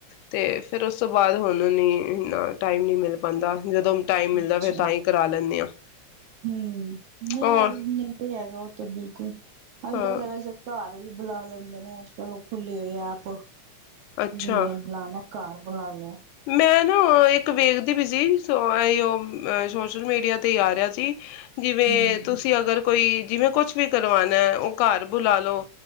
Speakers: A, on the left; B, on the right.
A: ਤੇ ਫਿਰ ਉਸਤੋਂ ਬਾਅਦ ਹੂੰਨ ਨੀ ਇਹਨਾਂ ਟਾਈਮ ਨੀ ਮਿਲ ਪਾਂਦਾ। ਜਦੋਂ ਟਾਈਮ ਮਿਲਦਾ
B: ਅੱਛਾ
A: ਫਿਰ ਤਾਂਹੀ ਕਰਾ ਲੈਨੇ ਹਾਂ।
B: ਹਮ ਨਹੀਂ
A: ਹੋਰ
B: ਹਜੇ ਨਹੀਂ ਕੋਈ ਹੈਗਾ ਓਹ ਤੇ ਬਿਲਕੁਲ <inaudible> ਹੱਲ
A: ਹਾਂ
B: ਗੱਲ ਦਾ ਵੈਸੇ ਤਾ <unintelligible> ਬੁਲਾ ਲੈਂਦੇ ਨੇਂ ਅੱਜਕਲ ਓਪਨਲੀਯੋ ਹੀ ਆਪ
A: ਅੱਛਾ
B: ਜਿੰਨੇ ਬੁਲਾਉਨਾ ਹੈ ਘਰ ਬੁਲਾ ਲਓ।
A: ਮੈਂ ਨਾ ਇੱਕ ਵੇਖ ਦੀ ਪਈ ਸੀ ਈ ਸੋ ਆਈ ਓਹ ਆ ਸੋਸ਼ਲ ਮੀਡੀਆ ਤੇ ਹੀ ਆ ਰਿਹਾ ਸੀ। ਜਿਵੇਂ
B: ਹੂੰ
A: ਤੁਸੀ ਅਗਰ ਕੋਈ ਜਿਵੇਂ ਕੋਈ ਕੁਛ ਵੀ ਕਰਵਾਉਨਾ ਹੈ ਘਰ ਬੁਲਾ ਲਓ।